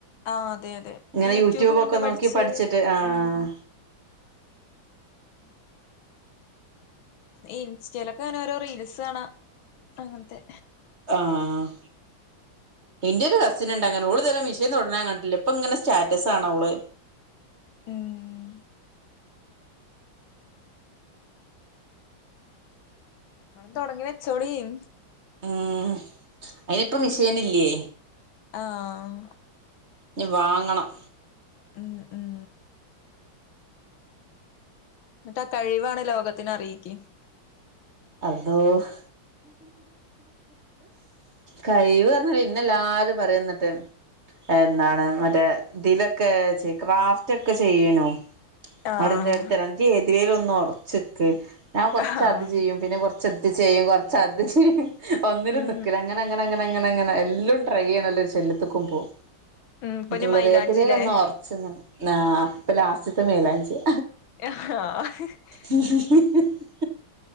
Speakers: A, on the left; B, on the right.
A: ആഹ് അതെ അതെ
B: ഇങ്ങനെ
A: യൂട്യൂബ്
B: യൂട്യൂബൊക്കെ
A: കണ്ട് പഠിച്ച്
B: നോക്കി പഠിച്ചിട്ട് ആഹ്
A: ഉം <unintelligible> ഇൻസ്റ്റയിലൊക്കെ ങ്ങനെ ഓരോ റീൽസ് കാണാ അങ്ങൻത്തെ
B: ആഹ് ന്റെരു കസിന്ണ്ട് അങ്ങനേ ഓള് ഇതുവരെ മിഷീന് തൊടുന്നത് ഞാൻ കണ്ടിട്ടില്ല ഇപ്പൊ ഇങ്ങനെ സ്റ്റാറ്റസ് കാണ ഓള്
A: ഉം തൊടങ്ങി വെച്ചൊളീൻ
B: എഹ് അയിനിപ്പ മിഷീന്ല്ലേ
A: ആഹ്
B: ഞ്ഞ് വാങ്ങണം
A: <inaudible> ന്നിട്ട് ആഹ് കഴിവാണ് ലോകത്തിന് അറിയിക്കി
B: അല്ലോഹ് കഴിവ് പറഞ്ഞ് ഇഞ്ഞെല്ലാരും പറയന്നിട്ട് എന്നാണ് മറ്റേ ഇതിലൊക്കെ ക്രാഫ്റ്റ് ഒക്കെ ചെയ്യനോ
A: ആഹ്
B: അവിടെ ഇന്റെ അടുത്ത് പറിം ജ്ജ് ഏതിലേലും ഒന്ന് ഒറച്ച്ക്ക് താൻ കൊർച്ച്
A: ആഹ്
B: അത് ചെയ്യും പിന്നെ കൊർച്ച് ഇത് ചെയ്യും കൊർച്ച് അത് ചെയ്യും ഒന്നിലും
A: ഉം
B: നിക്കുല്ല അങ്ങനെ അങ്ങനെ അങ്ങനെ അങ്ങനെ അങ്ങനെ എല്ലൊം ട്രൈ ചെയ്യണല്ലോ ഒര് ശല്യത്ക്ക്മ്പൊ
A: ഉം ഇപ്പനി
B: ന്നട്ട് ഇവള്
A: മൈലാഞ്ചില്ലേ
B: പറയും ഏതിലേലൊന്ന് ഒറച്ച് നിന്നാ പ്പ ലാസ്റ്റ്ത്തെ മെയ്ലാഞ്ച്യ
A: <unintelligible>
B: ഉം